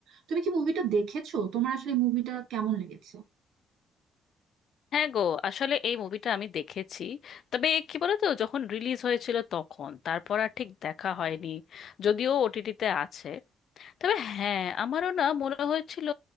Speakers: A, on the right; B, on the left.
A: তুমি কি মুভিটা দেখেছো তোমার আসলে মুভিটা কেমন লেগেছে
B: হ্যাঁ গো আসলে এই মুভিটা আমি দেখেছি তবে কি বলতো যখন রিলিজ হয়েছিল তখন তারপর আর ঠিক দেখা হয়নি যদিও ওটিটিতে আছে তবে হ্যাঁ আমারও না মনে হয়েছিল